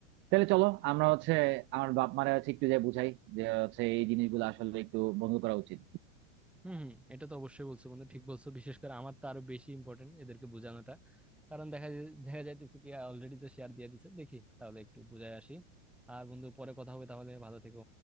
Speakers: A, on the right; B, in the centre.
A: তাহলে চলো আমরা হচ্ছে আমার বাপ মারা হচ্ছে একটু যে বুঝাই যে হচ্ছে এই জিনিসগুলো আসলে একটু বন্ধ করা উচিত
B: হম হম এটা তো অবশ্যই বলছো বন্ধু ঠিক বলছো বিশেষ করে আমার তো আরো বেশি ইম্পর্টেন্ট এদেরকে বোঝানোটা কারণ দেখা যায়- দেখা যাইতেছে কি অলরেডি তো শেয়ার দিয়ে দিছে দেখি তাহলে একটু বুঝায় আসি আর বন্ধু পরে কথা হবে তাহলে ভালো থেকো